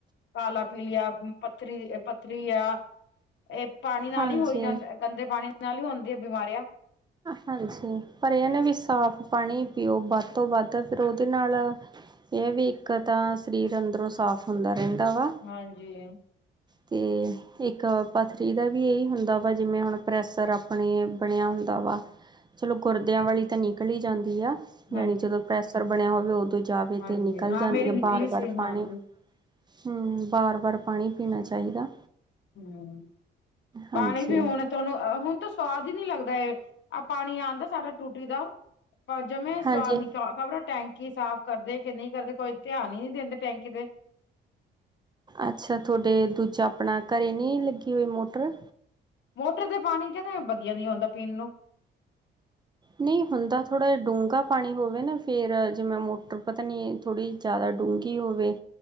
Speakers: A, on the left (about 65°); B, on the right (about 20°).
A: ਕਾਲਾ ਪੀਲੀਆ ਪਥ ਥਰੀ ਪੱਥਰੀ ਆ, ਏ ਪਾਣੀ ਨਾਲ
B: ਹਾਂਜੀ
A: ਈ ਹੋਈ ਜਾਂਦਾ ਗੰਦੇ ਪਾਣੀ ਨਾਲ ਹੀ ਹੋਂਦੀਆਂ ਨੇ ਬੀਮਾਰੀਆਂ।
B: ਹਾਂਜੀ, ਪਰ ਏ ਆ ਨਾ ਵੀ ਸਾਫ਼ ਪਾਣੀ ਪੀਓ, ਬਾੱਦ ਤੋਂ ਬਾੱਦ ਫੇਰ ਓਦੇ ਨਾਲ਼ ਏ ਆ ਵੀ ਇੱਕ ਤਾਂ, ਸਰੀਰ ਅੰਦਰੋਂ ਸਾਫ਼ ਹੁੰਦਾ ਰੈਂਦਾ ਵਾ
A: ਹਾਂਜੀ
B: ਤੇ, ਇੱਕ ਪੱਥਰੀ ਦਾ ਵੀ ਏਈ ਹੁੰਦਾ ਵਾ ਜਿਵੇਂ ਹੁਣ ਪ੍ਰੈਸਰ ਆਪਣੇ ਬਣੇਆ ਹੁੰ ਵਾ, ਚਲੋ ਗੋਰਦੇਆਂ ਵਾਲੀ ਤਾਂ ਨਿਕਲੀ਼ ਜਾਂਦੀ ਆ ਜਾਣੀ
A: ਹਾਂਜੀ
B: ਜਦੋਂ ਪ੍ਰੈਸ ਪ੍ਰੇਸਰ ਬਣੇਆ ਹੋਵੇ ਓਦੋਂ ਜਾਵੇ
A: ਹਾਂਜੀ
B: ਤੇ ਨਿਕਲ਼
A: ਹਾਂ
B: ਜਾਂਦੀ
A: ਮੇਰੀ
B: ਆ
A: ਨਿਕਲੀ
B: ਬਾਰ, ਵਾਰ
A: ਸੀ
B: ਪਾਣੀ
A: ਹਾਂਜੀ
B: ਹੂੰ, ਬਾਰ-ਬਾਰ ਪਾਣੀ ਪੀਣਾ ਚਾਈਦਾ।
A: ਹੂੰ ਪਾਣੀ
B: ਹਾਂਜੀ
A: ਵੀ ਹੋਣ ਅ ਹੁਨ ਤਾਂ ਸਵਾਦ ਈ ਨੀ ਲੱਗਦਾ ਏ, ਆ ਪਾਣੀ ਆਂਂਦਾ ਸਾਡਾ ਟੂਟੀ ਦਾ ਪਰ ਜਮੈ ਸਾਫ
B: ਹਾਂਜੀ
A: ਨਿਕਾ, ਖਬਰਾ ਟੈਂਕੀ ਸਾਫ਼ ਕਰਦੇ ਕੇ ਨਈ ਕਰਦੇ ਕੋਈ ਧੇਆਨ ਈ ਨੀ ਦੇਂਦੇ ਟੈਂਕੀ ਤੇ।
B: ਅੱਛਾ, ਥੋਡੇ ਦੂਜਾ ਆਪਣਾ ਘਰੇ ਨੀ ਲੱਗੀ ਹੋਈ ਮੋਟਰ?
A: ਮੋਟਰ ਤੇ ਪਾਨੀ ਕੈਂਦੇ ਬਦੀਆ ਨੀ ਹੋਂਦਾ ਪੀਨ ਨੂੰ।
B: ਨਈ ਹੁੰਦਾ ਥੋੜਾ ਜਾ ਡੂੰਗਾ ਪਾਣੀ ਹੋਵੇ ਨਾ ਫੇਰ, ਜੀਮੇ ਮੋਟਰ ਪਤਾ ਨੀ ਥੋੜੀ ਜਾਦਾ ਡੂੰਗੀ ਹੋਵੇ,